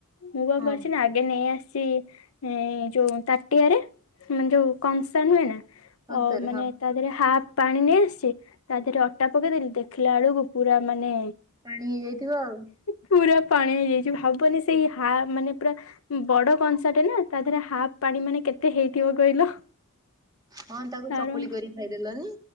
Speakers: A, on the left; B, on the right.
A: ମୁଁ କଣ
B: ହଁ
A: କରିଛି ନା ଆଗେ ନେଇ ଆସିଛି। ଏ ଯୋଉ ତାଟିଆରେ ମାନେ ଯୋଉ କଂସନ ହୁଏ ନା
B: ହଁ
A: ଆ
B: ସାର୍
A: ମାନେ
B: ହଁ।
A: ତା ଦେହରେ ହାଫ୍ ପାଣି ନେଇ ଆସିଛି ତା ଦେହରେ ଅଟା ପକେଇଦଲି ଦେଖିଲା ବଳକୁ ପୁରା ମାନେ
B: ପାଣି ହେଇଯାଇଥିବ ଆଉ
A: ପୁରା ପାଣି ହେଇଯାଇଛି ଭାବୁନି ସେଇ ହା ମାନେ ପୁରା ବଡ କଂସା ଟେ ନା ତା ଦେହରେ ହାଫ ପାଣି ମାନେ କେତେ ହେଇଥିବ କହିଲ।
B: ହଁ ତାକୁ
A: ତାର
B: ଚକୁଳି କରି ଖାଇଦେଲନୀ